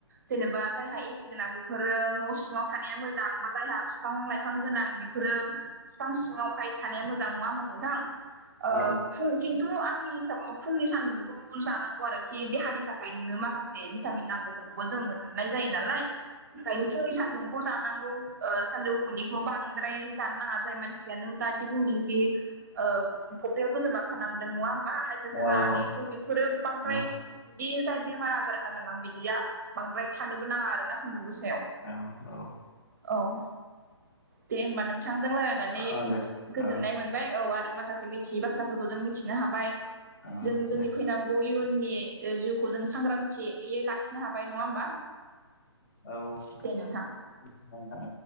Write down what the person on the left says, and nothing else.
औ
औ
औ
औ औ
औ दे
औ
औ
दे
औ
<unintelligible>